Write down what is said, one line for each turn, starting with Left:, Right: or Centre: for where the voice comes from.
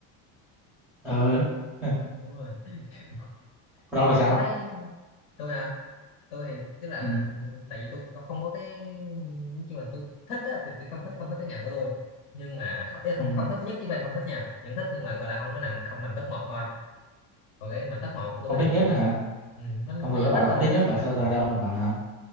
Centre: ờ <laughs>
Left: đúng rồi <laughs>
Centre: Còn
Left: nhưng
Centre: ông
Left: mà
Centre: thì
Left: kiểu
Centre: sao?
Left: thấy tôi hả tôi thì tức là
Centre: Ừ.
Left: tại vì tôi tôi không có cái nhưng mà tôi thích á, thì tôi không thích không thích cái ngành của tôi nhưng mà không ý là không
Centre: Ừ.
Left: không thích nhất chứ không phải không thích nha vẫn thích nhưng mà gọi là không có nằm không nằm top một thôi còn cái mà top một của tôi
Centre: Không thích
Left: thì
Centre: nhất hả?
Left: kiểu ừ, nó nó
Centre: Ông vừa
Left: vẫn
Centre: mới bảo
Left: thích
Centre: là
Left: nhưng
Centre: không
Left: mà
Centre: thích
Left: nó
Centre: nhất
Left: sẽ
Centre: mà
Left: nằm
Centre: sao giờ đây ông lại bảo là